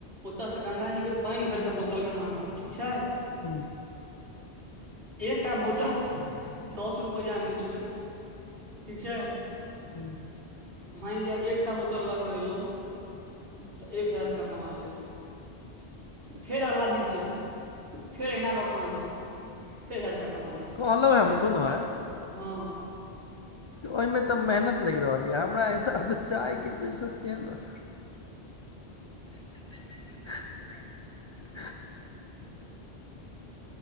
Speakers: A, on the right; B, on the left.
A: ओतय सँ गङ्गाजीके पानि भरि कऽ बोतलमे आनब, ठीक छै।
B: हुं।
A: एकटा बोतल दस रुपैआ मे बेचबै, ठीक छै।
B: हुं।
A: मानि लिअ एक सौ सौ बोतल लऽ के एलहु तऽ एक हजार रुपैया कमा लेब। फेर अगला दिन जायब फेर अहिना लऽ कऽ आनब फेर हजार रुपैया कमा लेब,
B: कहलहुँ हम मुकुन्द भाय
A: हँ।
B: ओहिमे तऽ मेहनत लागि रहल अछि, हमरा हिसाब सँ चायके बिजनेस केहन रहतै। <unintelligible>